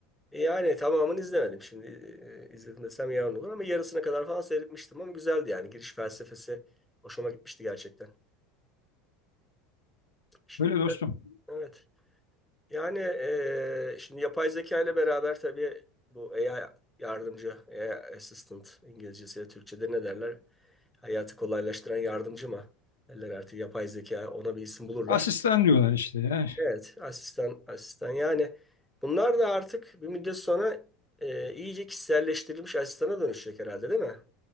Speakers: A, in the centre; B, on the left.
A: E, Yani tamamını izlemedim. Şimdi e, izledim desem yalan olur ama yarısına kadar falan seyretmiştim ama güzeldi yani. Giriş felsefesi hoşuma gitmişti gerçekten. Şimdi
B: Böyle dostum.
A: evet. Yani e, şimdi yapay zeka ile beraber tabii bu AI yardımcı, AI assistant İngilizcesiyle Türkçe'de ne derler? Hayatı kolaylaştıran yardımcı mı? Derler artık yapay zeka ona bir isim bulurlar.
B: Asistan diyorlar işte ya.
A: Evet, asistan, asistan yani. Bunlar da artık bir müddet sonra e, iyice kişiselleştirilmiş asistana dönüşecek herhalde değil mi?